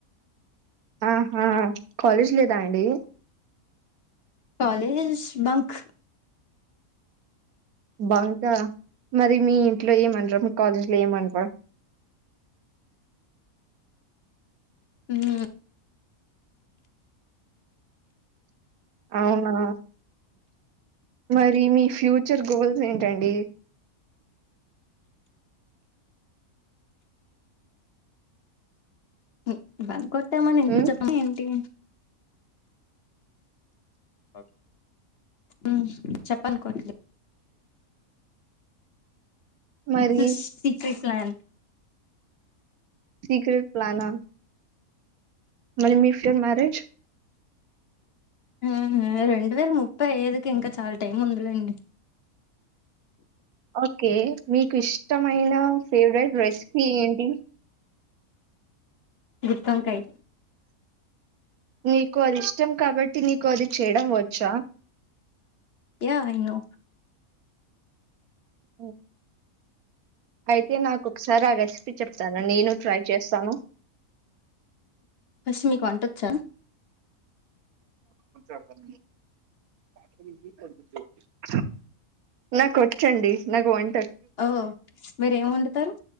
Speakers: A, on the right (about 85°); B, on the left (about 50°).
A: ఆహా కాలేజ్ లేదా అండి
B: కాలేజ్ష్ బంక్
A: బంకా మరి మీ ఇంట్లో ఏమనరు మీ కాలేజ్లో ఏమనర
B: మ్మ్
A: అవునా మరి మీ ఫ్యూచర్ గోల్స్ ఏంటండి
B: మ్ బంక్ కొట్టామని ఇంట్లో
A: ఉమ్
B: చెప్పం ఏంటి అ ఉమ్ చెప్పనుకోండి
A: మరి
B: ఇట్స్ అ సీక్రెట్ ప్లాన్
A: సిక్రెట్ ప్లానా మరి మీ ఫ్రైమ్ మ్యారేజ్
B: ఆ ఆ రెండు వేల ముప్పై ఐదుకి ఇంకా చాలా టైం ఉందిలేండి
A: ఓకే మీకు ఇష్టమైన ఫేవరెట్ రెసిపీ ఏంటి
B: గుత్తోంకాయ్
A: నీకు అది ఇష్టం కాబట్టి నీకు అది చేయడం వచ్చా
B: యా ఐ నో
A: మ్ అయితే నాకు ఒకసారి ఆ రెసిపీ చెప్తాను నేను ట్రై చేస్తాను
B: ఫస్ట్ మీకు వంటోచ్చ
A: కొంచం అర్ధం అయ్యింది <unintelligible> నాక్ ఒచ్చండి నాకు వం
B: ఓ మీర ఎం వండుతారు